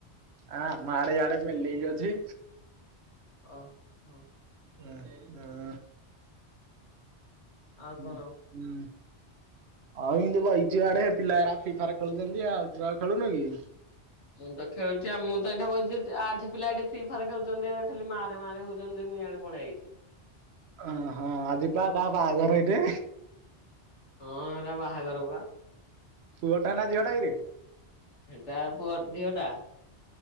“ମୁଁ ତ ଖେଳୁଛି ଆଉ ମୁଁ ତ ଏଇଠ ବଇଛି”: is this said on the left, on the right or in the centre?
Left